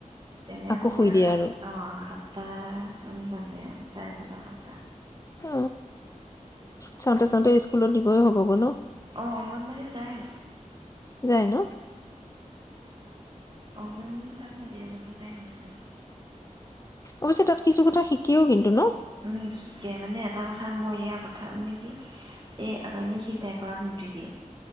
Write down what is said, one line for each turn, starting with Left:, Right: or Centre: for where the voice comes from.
Right: তেনেহ'লে
Left: আকৌ শুই দিয়ে
Right: সাত,
Left: আৰু
Right: অ' সাতটামান। বাজে চাৰে ছটা, সাতটা।
Left: অ, চাওঁতে চাওঁতে স্কুলত দিবই হ'ব, গৈ' ন।
Right: অঁ অংগনবাড়ী যায়
Left: যায় ন।
Right: অংগনবড়ী তাক মই দেৰ বজৰ পৰা নিছোঁ।
Left: অৱশ্য, তাত কিছু কথা শিকিও কিন্তু ন।
Right: উম, শিকে মানে এটা কথা মোৰ ইয়া কথা মানে কি এই আ সি ডাইপাৰত মুতি দিয়ে।